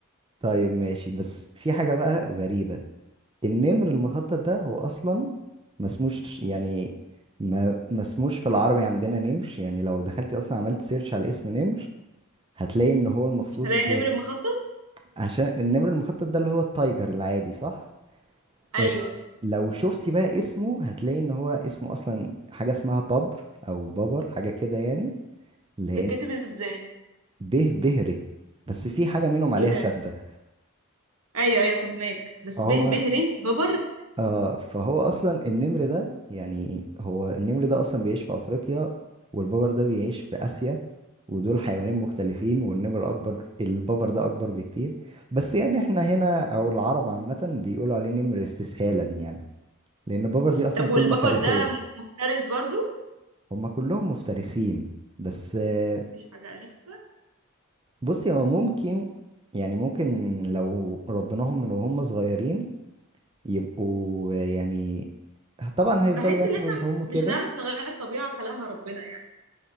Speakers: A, on the right (about 25°); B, on the right (about 85°).
A: طيب ماشي بس في حاجه بقى غريبه النمر المخطط ده هو اصلا ما اسموش يعني ما ما اسموش في العربي عندنا نمر يعني لو دخلتي اصلا عملت سيرش على اسم نمر هتلاقي ان هو المفروض
B: مش هلاقي نمر مخطط
A: عشان النمر المخطط ده اللي هو التايجر العادي صح
B: ايوه
A: إيه، لو شفتي بقى اسمه هتلاقي ان هو اسمه اصلا حاجة اسمها بابر او بابر حاجة كده يعني لان
B: بتتكتب ازاي
A: به بهري بس في حاجة منهم عليها
B: ايه ده
A: شدة
B: ايوه ايوه فهماك بس
A: فهو
B: به به ري ببر
A: اه فهو اصلا النمر ده يعني هو النمر ده اصلا بيعيش في افريقيا والببر ده بيعيش في اسيا ودول حيوانين مختلفين والنمر اكبر الببر ده اكبر بكتير بس يعني احنا هنا او العرب عامة بيقولوا عليه نمر استسهالا يعني لان الببر دي اصلا
B: طب
A: كلمة
B: والببر
A: فارسية
B: ده مفترس برضو
A: هما كلهم مفترسين بس آه،
B: مفيش حاجه الفها
A: بصي هو ممكن يعني ممكن لو ربناهم من وهم صغيرين يبقوا آه، يعني طبعا هيفضلوا
B: بحس
A: ياكلوا
B: ان احنا
A: لحوم وكده
B: مش هنعرف نغير طبيعه خلقها ربنا يعني